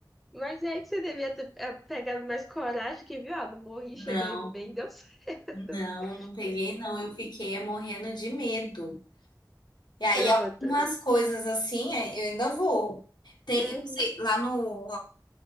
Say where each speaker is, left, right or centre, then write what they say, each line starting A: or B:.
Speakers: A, in the centre; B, on the left.
A: Mas é que você devia ter é, pegado mais coragem que viu, ah, não morri,
B: Não,
A: cheguei bem, deu certo. <laughs>
B: não, não peguei, não. Eu fiquei é, morrendo de medo. E aí
A: Pronto.
B: algumas coisas assim, é, eu ainda vou. Tem,
A: Uhum.
B: eu não sei, lá no,